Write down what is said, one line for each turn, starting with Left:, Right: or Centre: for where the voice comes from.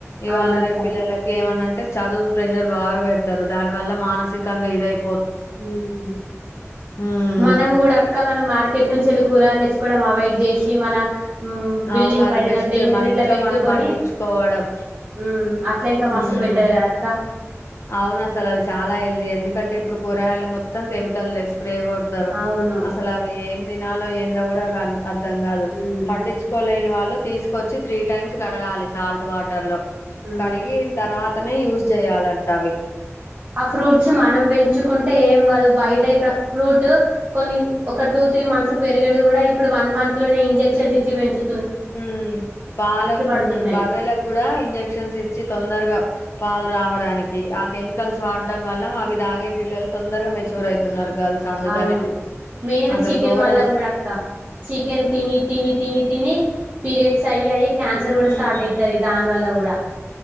Left: ఇవాళ
Right: అవునక్క
Left: రేపు పిల్లలకి ఏమన్న అంటే చదువు ప్రెషర్ బాగా పెడతరు దాని వల్ల మానసికంగా ఇదయి
Right: హుమ్
Left: హ్మ్.
Right: మనం కూడా అక్క మనం మార్కెట్ నుంచెలి కూరలు తెచ్చుకోవడం అవాయిడ్ చేసి మన ఉమ్ బిల్డింగ్
Left: అవును. అది
Right: పైన
Left: బెస్ట్.
Right: కానీ దేని మీద
Left: మన
Right: ఇట్లా
Left: ఇంట్లో
Right: పెట్టుకొని
Left: మనం పండించుకోవడం.
Right: ఉమ్ అట్లా ఇంకా
Left: హ్మ్.
Right: మస్తు బెట్టరు కదక్క
Left: అవును అసలు అది చాలా హెల్దీ ఎందుకంటే ఇప్పుడు కూరగాయలు మొత్తం కెమికల్ వేస్తు స్ప్రే కొడతరు
Right: అవును
Left: అసలు అవి ఏం తినాలో ఎందొ కూడా కాన్ అర్థం కాదు
Right: మ్మ్
Left: పండించుకోలేని వాళ్ళు తీసుకు వచ్చి త్రీ టైమ్స్ కడగాలి సాల్ట్ వాటర్ లో
Right: మ్మ్
Left: కడిగిన తర్వాత అట్లనే యూజ్ చేయాలంట్ తావి
Right: ఆ ఫ్రూట్స్ మనం పెంచుకుంటే ఏం కాదు బయటైపు ఆ ఫ్రూట్ కొన్ని ఒక టూ త్రీ మంత్స్ కు పెరిగడం కూడా ఇప్పుడు వన్ మంత్ లోనే ఇంజెక్షన్స్ ఇచ్చి పెంచు
Left: ఉ పాల
Right: పడుతున్నాయి
Left: బర్రలకు కూడా ఇంజక్షన్స్ ఇచ్చి తొందరగా పాలు రావడానికి ఆ కెమికల్స్ వాడడం వల్ల అవి తాగే పిల్లలు తొందరగా మెచ్యూర్ అవుతున్నారు, గర్ల్స్ అందుకనే
Right: అవును మెయిన్
Left: అసలు
Right: చికెన్
Left: ఘోరం
Right: వల్ల కూడా అక్క చికెన్ తిని తిని తిని తిని, పీరియడ్స్ అయి అయ్యి క్యాన్సర్ కూడా
Left: ఉమ్
Right: స్టార్ట్ అవుతది దాని వల్ల కూడా